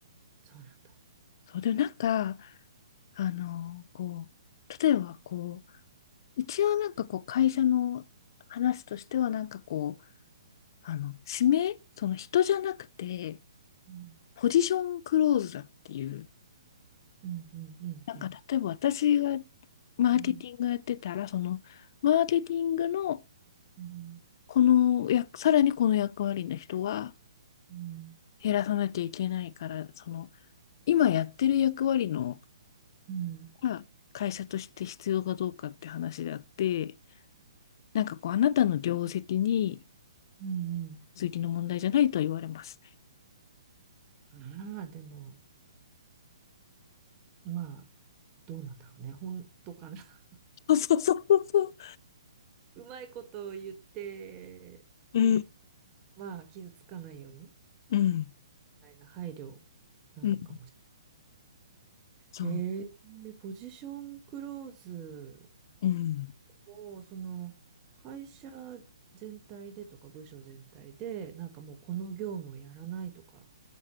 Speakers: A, on the right (about 25°); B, on the left (about 50°).
A: そうなんだ。
B: そう、でなんか、あの、こう、例えばこう、一応なんかこう会社の話としてはなんかこう、あの、指名、その人じゃなくて、
A: うん。
B: ポジションクローズだっていう、
A: うんうんうんうん。
B: なんか例えば私がマーケティングやってたら、
A: うん
B: そのマーケティングの
A: うん
B: この役、さらにこの役割の人は
A: うん
B: 減らさなきゃいけないから、その今やってる役割の
A: うん。
B: が会社として必要かどうかって話であって、なんかこうあなたの業績に
A: うんうん
B: 業績の問題じゃないとは言われます。
A: ああ、でも、まあ、どうなんだろうね。本当かな。<laughs>
B: そうそうそうそう。
A: うまいことを言って、
B: うん、
A: ね、まあ、傷つかないように、み
B: うん、
A: たいな配慮なのかもし
B: うん、そう、
A: れない。えー、で、ポジションクローズ
B: うん、
A: でも、その、会社全体でとか、部署全体で、なんかもうこの業務をやらないとか、